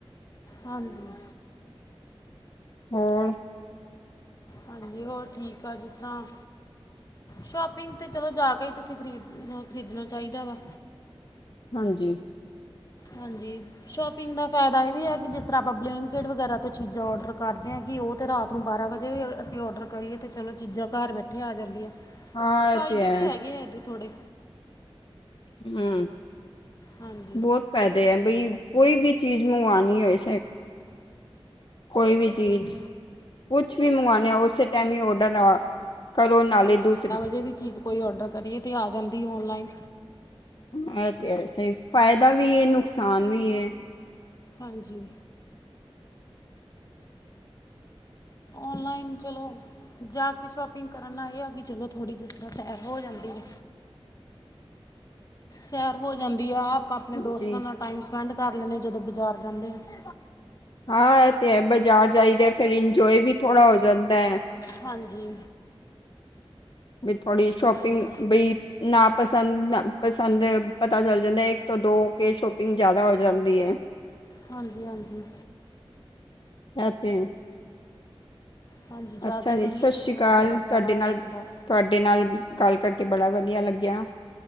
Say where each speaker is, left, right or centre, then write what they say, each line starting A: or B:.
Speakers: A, on the left; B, on the left.
A: ਹਾਂਜੀ।
B: ਹੋਰ
A: ਹਾਂਜੀ, ਹੋਰ ਠੀਕ ਆ। ਜਿਸ ਤਰ੍ਹਾਂ। ਸ਼ੋਪਿੰਗ ਤੇ ਚਲੋ ਜਾ ਕੇ ਹੀ ਤੁਸੀਂ ਖਰੀਦ ਖਰੀਦਨਾ ਚਾਇਦਾ ਵਾ।
B: ਹਾਂਜੀ।
A: ਹਾਂਜੀ। ਸ਼ੋਪਿੰਗ ਦਾ ਫਾਇਦਾ ਇਹ ਵੀ ਹੈ ਕਿ ਜਿਸ ਤਰ੍ਹਾਂ ਆਪਾਂ ਬਲੈਂਕਿਟ ਵਗੈਰਾ ਤੋਂ ਚੀਜ਼ਾਂ ਔਡਰ ਕਰਦੇ ਆ, ਕਿ ਉਹ ਤਾਂ ਰਾਤ। ਊਂ ਬਾਰਾਂ ਵਜੇ ਵੀ ਅਸੀਂ ਔਡਰ ਕਰੀਏ ਤੇ ਚਲੋ ਚੀਜ਼ਾਂ ਘਰ ਬੈਠੇ ਆ ਜਾਂਦੀਆਂ।
B: ਹਾਂ
A: ਫਾਇਦੇ
B: ਇਹ ਹੈ
A: ਤੇ ਹੈਗੇ ਆ ਇਹਦੇ ਥੋੜੇ।
B: ਹੂੰ।
A: ਹਾਂਜੀ
B: ਬੋਤ ਫਾਇਦੇ ਅ। ਬਈ ਕੋਈ ਵੀ ਚੀਜ਼ ਮੰਗਵਾਨੀ ਹੋਏ। ਕੋਈ ਵੀ ਚੀਜ਼।
A: ਹਾਂਜੀ
B: ਕੁਛ ਵੀ ਮੰਗਵਾਉਣੇ ਓਸੇ ਟਾਈਮ ਈ ਔਡਰ ਆ ਕਰੋ, ਨਾਲੇ ਦੂਸਰੇ।
A: ਜੇ ਵੀ ਚੀਜ਼ ਕੋਈ ਔਡਰ ਕਰੀਏ ਤੇ, ਆ ਜਾਂਦੀ ਔਨਲਾਈਨ।
B: ਇਹ ਤੇ ਹ ਸੇਫ, ਫਾਇਦਾ ਵੀ ਏ ਨੁਕਸਾਨ ਵੀ ਏ।
A: ਹਾਂਜੀ। ਔਨਲਾਈਨ ਚਲੋ ਜਾ ਕੇ ਸ਼ੋਪਿੰਗ ਕਰਨ ਆਏ ਆ ਕਿ ਚਲੋ ਥੋੜ੍ਹੀ ਜਿਸ ਤਰ੍ਹਾਂ ਸੈਰ ਹੋ ਜਾਂਦੀ ਏ, ਸੈਰ ਹੋ ਜਾਂਦੀ ਆਪ ਆਪਣੇ ਦੋਸਤਾਂ
B: ਜੀ
A: ਨਾਲ ਟਾਈਮ ਸਪੈਂਡ ਕਰ ਲੈਨੇ ਆਂ ਜਦੋਂ ਬਜਾਰ ਜਾਂਨੇ ਆਂ।
B: ਹਾਂ, ਐ ਤੇ ਹੈ। ਬਜਾਰ ਜਾਈਦੈ ਫਿਰ ਇੰਜੋਏ ਵੀ ਥੋੜਾ ਹੋ ਜਾਂਦੈ।
A: ਹਾਂਜੀ।
B: ਬੀ ਥੋੜੀ ਜੀ ਸ਼ੋਪਿੰਗ
A: ਹਾਂਜੀ
B: ਬਈ ਨਾ ਪਸੰਦ, ਨ ਪਸੰਦ ਪਤਾ ਚੱਲ ਜਾਂਦੈ। ਏੱਕ ਤੋਂ ਦੋ ਫੇਰ ਸ਼ੋਪਿੰਗ ਜਾਦਾ ਹੋ ਜਾਂਦੀ ਏ।
A: ਹਾਂਜੀ-ਹਾਂਜੀ।
B: ਐ ਤੇ ਹੈ।
A: ਹਾਂਜੀ ਜਾ
B: ਅੱਛਾ
A: ਕੇ
B: ਜੀ
A: ਕਰੀਏ
B: ਸਸ
A: ਤਾਂ
B: ਸ਼੍ਰੀ
A: ਥੋੜ੍ਹਾ
B: ਕਾਲ,
A: ਜ਼ਿਆਦਾ ਫਾਇਦਾ
B: ਤੁਆਡੇ ਨਾਲ
A: ਰਹਿੰਦਾ
B: ਤੁਆਡੇ ਨਾਲ ਗੱਲ ਕਰਕੇ ਬੜਾ ਵਧੀਆ ਲੱਗਿਆ।